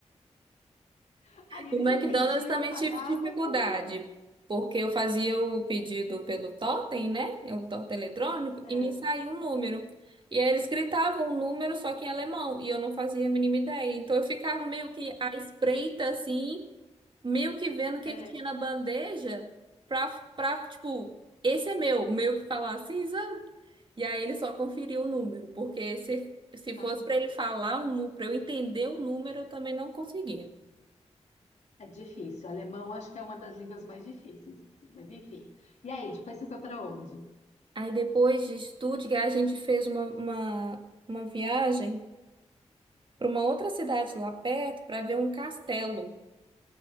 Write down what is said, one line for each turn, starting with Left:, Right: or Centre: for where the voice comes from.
Left: <laughs> aí eles
Right: O McDonald's
Left: entendiam,
Right: também
Left: eu pagava
Right: tive dificuldade,
Left: e comia.
Right: porque eu fazia o pedido pelo totem, né? O totem eletrônico,
Left: É.
Right: e me saía um número. E aí eles gritavam um número só que em alemão, e eu não fazia a mínima ideia. Então eu ficava meio que à espreita, assim, meio que vendo o que
Left: É,
Right: que tinha na bandeja, pra, pra, tipo, esse é meu, meio que falar assim, sabe? E aí ele só conferiu o número, porque se, se
Left: ah,
Right: fosse pra ele falar, um nu- pra eu entender o número, eu também não conseguia.
Left: é difícil. Alemão acho que é uma das línguas mais difíceis, assim, mas enfim. E aí, depois você foi para onde?
Right: Aí depois de Stuttgart, a gente fez uma, uma, uma viagem para uma outra cidade lá perto para ver um castelo